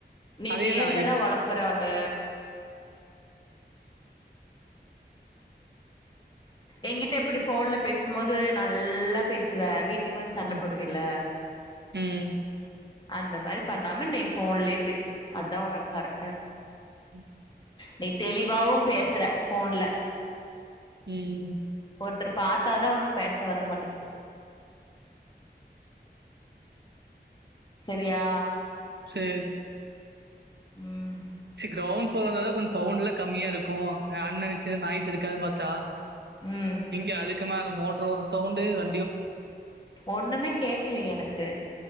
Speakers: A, on the left; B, on the right.
A: நீ
B: அதேதான்
A: நேர்லதா
B: இப்
A: உளப்பற அந்த எங்கிட்ட இப்பிடி ஃபோன்ல பேசும்போது நல்லா பேசுவ வீ ட்டுக் வந் சண்ட
B: ம்,
A: போடுவ இல்ல
B: ம்,
A: அந்த மாரி பண்ணாம நீ ஃபோன்லியே பேசு அத்தா உனுக் கரெக்டா இரு
B: உம்
A: நீ தெளிவாவும் பேசற ஃபோன்ல
B: உம்
A: ஒருத்தர பாத்தாதா உனக் பேச வர மாட்டக்து சரியா
B: சேரி
A: ம்
B: ச கிரௌண் ப்ளோர்ரா இருந்தாதா கொஞ்ச சவுண்ட்ல்லா கம்மியா இருக்கு அ அன்நெச நாய்ஸ் இருக்காதுன் பாத்தா
A: ம்
B: இங்க அதுக்கு க்கு மேல மோட்ரு ஒட்ற சவுண்ட்டு வ
A: ஒன்னுமே கேக்கல எனக்கு